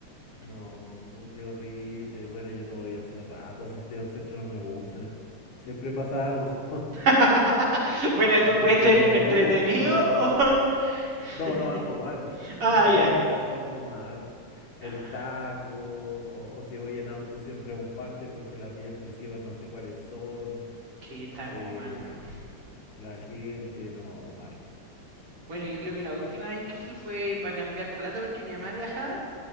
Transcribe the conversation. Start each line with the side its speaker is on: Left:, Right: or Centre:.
Left: No, qué horrible. Bueno, yo no voy hace rato a Santiago Centro, no me gusta. Siempre pasa algo. <laughs>
Right: <laughs> bueno, eso
Left: Y Qué
Right: puede
Left: peligroso.
Right: ser entretenido o... <laughs>
Left: No, no, algo malo.
Right: ah,
Left: <laughs>
Right: ya.
Left: Siempre pasa algo malo. El
Right: Ah,
Left: taco, o, o si voy en auto, siempre a un parte porque las vías exclusivas no sé cuáles son.
Right: sí, está
Left: eh,
Right: como mano.
Left: la gente, no, mal.
Right: Bueno, yo creo que la última vez que fui fue para cambiar plata porque mi mamá viajaba.